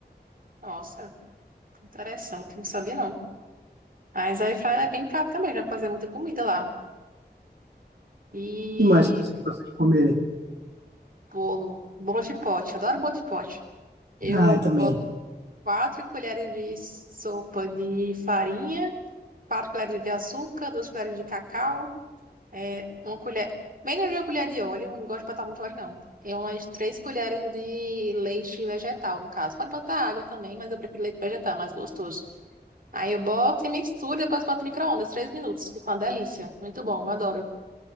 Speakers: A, on the right (about 55°); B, on the right (about 75°).
A: Nossa. Interessante, não sabia não. Mas a air é bem prática também, já fazer muita comida lá. E
B: E mais que você gosta de comer?
A: bolo, bolo de pote, adoro bolo de pote. Eu
B: Ah, eu também.
A: boto quatro colheres de sopa de farinha, quatro colheres de açúcar, duas colheres de cacau, é, uma colher, menos de uma colher de óleo, eu não gosto de botar muito óleo não. E umas três colheres de leite vegetal, no caso. Pode botar água também, mas eu prefiro leite vegetal, é mais gostoso. Aí eu boto e misturo, depois boto no micro-ondas, três minutos. Fica uma delícia. Muito bom, eu adoro.